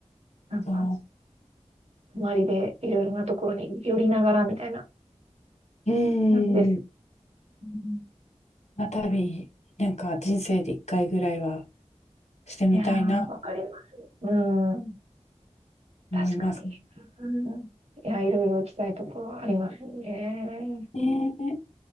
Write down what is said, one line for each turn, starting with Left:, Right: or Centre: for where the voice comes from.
Right: なんか、
Left: そ
Right: 泊まりでいろいろなところに寄りながらみたいな
Left: う。う
Right: 感じです。
Left: ん。
Right: うん
Left: 船旅、なんか人生で一回ぐらいはしてみたいな、
Right: いやー、わかります。うん。確かに。
Left: 思います。
Right: うん。いや、いろいろ行きたいところはありますね。なん
Left: ねえ。